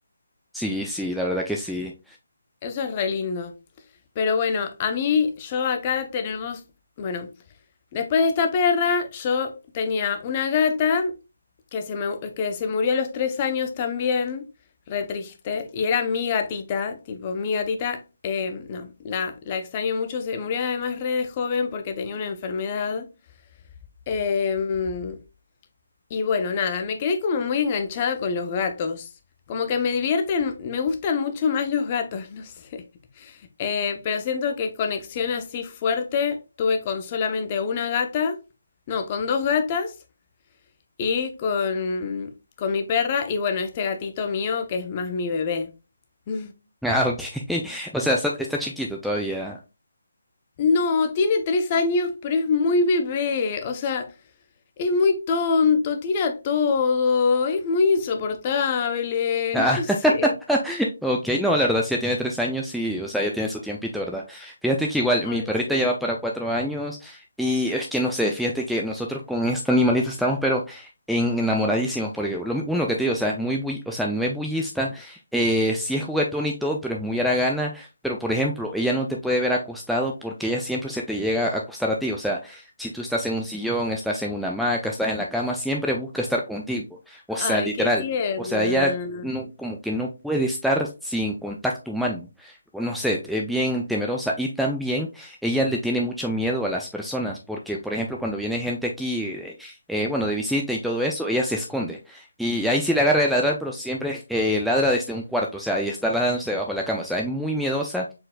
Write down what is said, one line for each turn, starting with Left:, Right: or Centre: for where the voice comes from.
Centre: Sí, sí, la verdad que sí.
Left: Eso es re lindo. Pero bueno, a mí, yo acá tenemos, bueno, después de esta perra, yo tenía una gata que se, me, que se murió a los tres años también, re triste, y era mi gatita, tipo, mi gatita, eh, no, la, la extraño mucho, se murió además re de joven porque tenía una enfermedad. Eh, Y bueno, nada, me quedé como muy enganchada con los gatos. Como que me divierten, me gustan mucho más los gatos, no sé. <laughs> Eh, pero siento que conexión así fuerte tuve con solamente una gata, no, con dos gatas y con, con mi perra y bueno, este gatito mío que es más mi bebé. <laughs>
Centre: Ah, ok. <laughs> O sea, está, está chiquito todavía.
Left: No, tiene tres años, pero es muy bebé, o sea, es muy tonto, tira todo, es muy insoportable,
Centre: <laughs>
Left: <laughs> no sé.
Centre: Ok, no, la verdad, sí, ya tiene tres años y, o sea, ya tiene su tiempito, ¿verdad? Fíjate que igual
Left: Ay,
Centre: mi perrita
Left: sí.
Centre: ya va para cuatro años y es que no sé, fíjate que nosotros con este animalito estamos, pero en- enamoradísimos, porque lo mi- uno que te digo, o sea, es muy, bull- o sea, no es bullista, eh, sí es juguetón y todo, pero es muy haragana, pero por ejemplo, ella no te puede ver acostado porque ella siempre se te llega a acostar a ti, o sea, si tú estás en un sillón, estás en una hamaca, estás en la cama, siempre busca estar contigo, o sea,
Left: Ay,
Centre: literal.
Left: qué tierna.
Centre: O sea, ella no, como que no puede estar sin contacto humano. o No sé, es bien temerosa. Y también ella le tiene mucho miedo a las personas, porque, por ejemplo, cuando viene gente aquí, eh, eh, bueno, de visita y todo eso, ella se esconde. Y ahí sí le agarra de ladrar, pero siempre eh, ladra desde un cuarto, o sea, y está ladrándose debajo de la cama. O sea, es muy miedosa